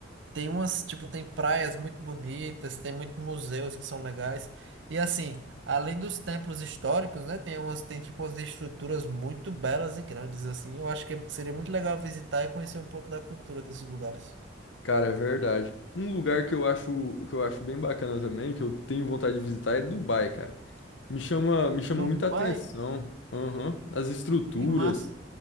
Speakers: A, on the right (about 70°); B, on the left (about 70°).
A: Tem umas, tipo, tem praias muito bonitas, tem muitos museus que são legais. E assim, além dos templos históricos, né, tem umas, tem tipo umas estruturas muito belas e grandes assim. Eu acho que seria muito legal visitar e conhecer um pouco da cultura desses lugares.
B: Cara, é verdade. Um lugar que eu acho, que eu acho bem bacana também, que eu tenho vontade de visitar, é Dubai, cara. Me chama, me chama
A: Dubai,
B: muita atenção. Aham. As estruturas,
A: que massa.